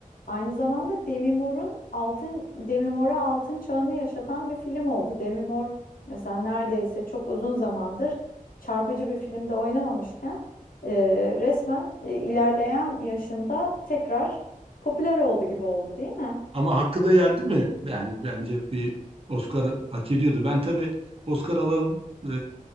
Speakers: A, on the left; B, on the right.
A: Aynı zamanda Demi Moore'un altın Demi Moore'a altın çağını yaşatan bir film oldu. Demi Moore mesela neredeyse çok uzun zamandır çarpıcı bir filmde oynamamışken e, resmen e, ilerleyen yaşında tekrar popüler oldu gibi oldu değil mi?
B: Ama hakkı da yendi mi? Yani bence bir Oscar hak ediyordu. Ben tabii Oscar alan e,